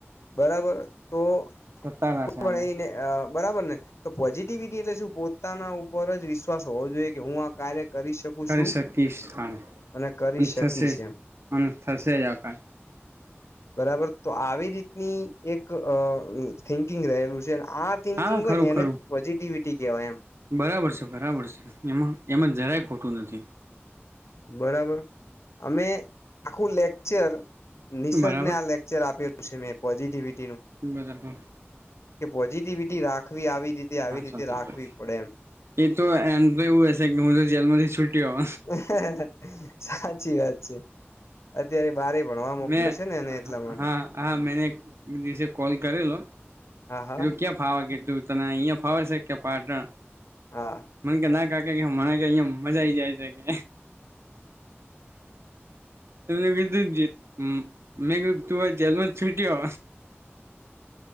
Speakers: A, on the left; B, on the right.
A: બરાબર તો
B: સત્તારા
A: કોઈ
B: છે
A: પણ
B: આમાં
A: એને બરાબર ને તો પોઝિટિવિટી એટલે શું પોતાના ઉપર જ વિશ્વાસ હોવો જોઈએ કે હું આ કાર્ય કરી શકું
B: કરી
A: છું
B: શકીશ હા
A: અને કરી શકી
B: થશે
A: છે
B: જ અને થશે આખા
A: બરાબર તો આવી રીતની એક થિંકિંગ રહેલું છે આ થિંકિંગ
B: હા
A: હોય
B: ખરું
A: ને એને
B: ખરું
A: પોઝિટિવિટી કહેવાય એમ
B: બરાબર બરાબર છે એમાં એમાં જરાય ખોટું નથી
A: બરાબર અમે આખું લેક્ચર નિસર્ગને
B: બરાબર
A: આ લેક્ચર આપેલું છે મેં પોઝિટિવિટી
B: બજાર પણ
A: કે પોઝિટિવિટી રાખવી આવી રીતે આવી રીતે
B: સાચી
A: રાખવી
B: વાત છે
A: પડે એમ
B: એ તો એમ તો એવું હશે કે હું તો જેલમાંથી છુટી હોઉ
A: હ સાચી વાત છે. અત્યારે બારે ભણવા મોકલ્યો
B: મે
A: છે ને એને એટલા માટે
B: હા હા મેનેસે કોલ કરેલો
A: હા હા
B: તું ક્યાં ફાવ કે તું તને અહિયાં ફાવે છે કે, પાટણ
A: હા
B: મને કે ના કા કે મણા કે અહં મજા આઈ જાય છે કે એ બીધું મેં તું આ જેલમાં જ છૂટી હો